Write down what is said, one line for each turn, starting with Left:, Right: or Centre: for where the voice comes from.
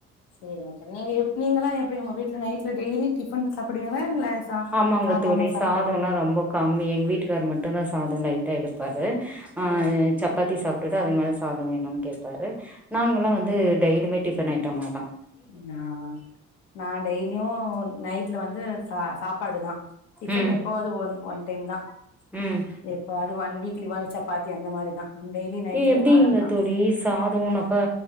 Left: சேரிங்க நீங்க நீங்களா எப்டி உங்க வீட்டு்ல நைட்ல டெய்லி டிஃபன் சாப்பிடுவீங்களா இல்ல சா
Centre: ஆமாங்க
Left: சாதாமா
Centre: தோழி
Left: சாப்பிடுவீங்களா
Centre: சாதல்லா ரொம்ப கம்மி எங்க வீட்டுக்கார் மட்டுந்தா சாத நைட் எடுப்பாரு ஆஹ்
Left: ஆ
Centre: சப்பாத்தி சாப்டுடு அது மாறி சாதம் வேணுன் கேப்பாரு நாங்க ல்லா வந்து டெய்லியுமே டிஃபன் ஐட்டமா தா
Left: நா நா டெய்லியு நைட்ல வந்து ச சாப்பாடு தா டிஃபன்
Centre: ம்
Left: எப்பாவது ஒன் ஒன் டைம் தா
Centre: ம்
Left: எப்பாது one weekly once chapati அந்த மாரிதா டெய்லி நைட்ல
Centre: ஏ எப்படிங்க
Left: சாதம்தா
Centre: தோழி சாதம்னாக்கா